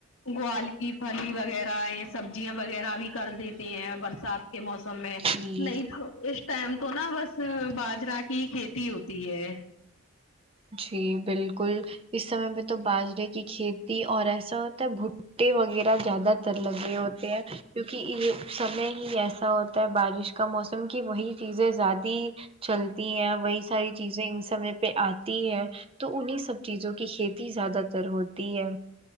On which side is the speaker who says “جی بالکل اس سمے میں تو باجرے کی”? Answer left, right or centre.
Right